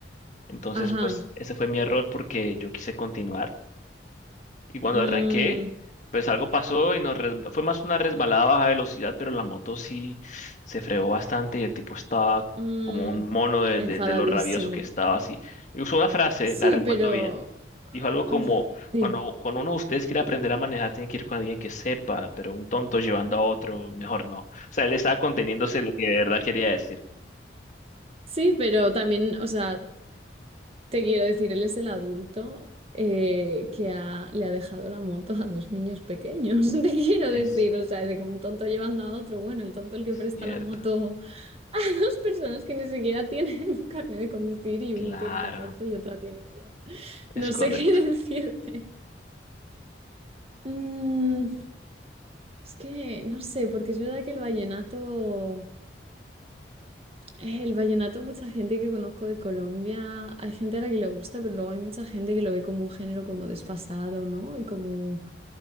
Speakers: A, on the left; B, on the right.
A: Entonces,
B: Ajá.
A: pues ese fue mi error porque yo quise continuar. Y cuando
B: Mm,
A: arranqué, pues algo pasó y nos res- fue más una resbalada a baja velocidad, pero la moto sí se fregó bastante y el tipo estaba
B: mm,
A: como un mono de,
B: Enfadadísimo.
A: de- de lo rabioso que estaba así. Y usó una frase,
B: Sí,
A: la recuerdo
B: pero...
A: bien. Dijo algo como,
B: uf, sí.
A: cuando, cuando uno de ustedes quiere aprender a manejar, tiene que ir con alguien que sepa, pero un tonto llevando a otro, mejor no. O sea, él estaba conteniéndose lo que de verdad quería decir.
B: Sí, pero también, o sea, te quiero decir, él es el adulto eh, que ha- le ha dejado la moto a dos niños pequeños. <laughs> Te quiero
A: Es
B: decir, o sea, de que un tonto llevando a otro, bueno, el tonto el que presta
A: cierto,
B: la moto <laughs> a dos personas que ni siquiera tienen <laughs> carnet de conducir y
A: claro,
B: uno tiene 14 y otra tiene 10.
A: es
B: No
A: correcto.
B: sé qué <laughs> decirte. Mm, es que no sé, porque es verdad que el vallenato, eh, el vallenato, mucha gente que conozco de Colombia, hay gente a la que le gusta, pero luego hay mucha gente que lo ve como un género como desfasado, ¿no? Y como,